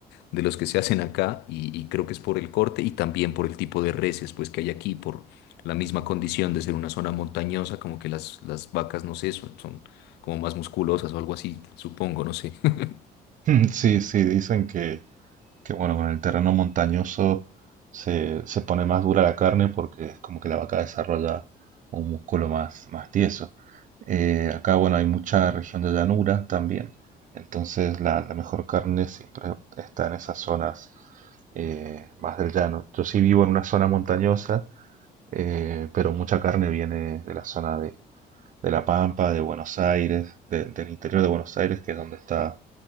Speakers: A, on the left; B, on the right.
A: de los que se hacen acá y, y creo que es por el corte y también por el tipo de reses pues que hay aquí, por la misma condición de ser una zona montañosa, como que las, las vacas, no sé, son, son como más musculosas o algo así, supongo, no sé. <laughs>
B: <laughs> Sí, sí, dicen que, Que bueno, con el terreno montañoso se, se pone más dura la carne porque es como que la vaca desarrolla un músculo más, más tieso. Eh, acá, bueno, hay mucha región de llanura también, entonces la, la mejor carne siempre está en esas zonas eh, más del llano. Yo sí vivo en una zona montañosa, eh, pero mucha carne viene de la zona de, de La Pampa, de Buenos Aires, de- del interior de Buenos Aires, que es donde está